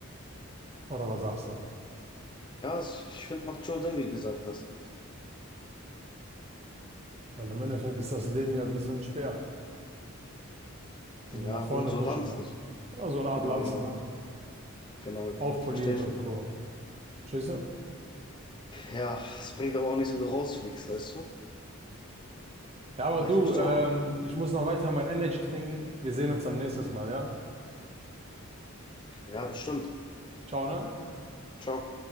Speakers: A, on the right; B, on the left.
A: Oder was sagst du?
B: Ja, es- ich finde, macht schon Sinn, wie du gesagt hast.
A: Weil im Endeffekt ist das Leben ja wie so ein Speer, den
B: Ja,
A: du nach vorne
B: und so
A: pushen
B: Lanz
A: kannst.
B: nicht.
A: Ja, so eine Art
B: Genau,
A: Lanze,
B: genau.
A: ne?
B: Genau, genau.
A: Aufpoliert
B: Ich verstehe schon.
A: und Co. Verstehst du?
B: Ja, es bringt aber auch nichts, wenn du rausfliegst, weißt du?
A: Ja, aber
B: Ja,
A: du,
B: ich verstehe.
A: ähm, ich muss noch weiter mein Energy trinken. Wir sehen uns dann nächstes Mal, ja?
B: Ja, bestimmt.
A: Ciao, ne?
B: Ciao.